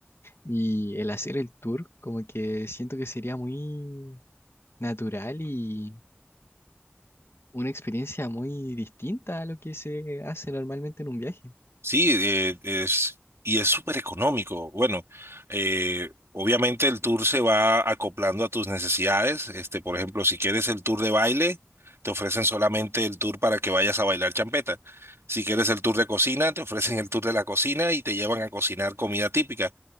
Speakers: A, on the left; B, on the right.
A: y el hacer el tour, como que siento que sería muy natural y una experiencia muy distinta a lo que se hace normalmente en un viaje.
B: Sí, eh, es, y es súper económico. Bueno, eh, obviamente el tour se va acoplando a tus necesidades. Este, por ejemplo, si quieres el tour de baile, te ofrecen solamente el tour para que vayas a bailar champeta. Si quieres el tour de cocina, te ofrecen el tour de la cocina y te llevan a cocinar comida típica.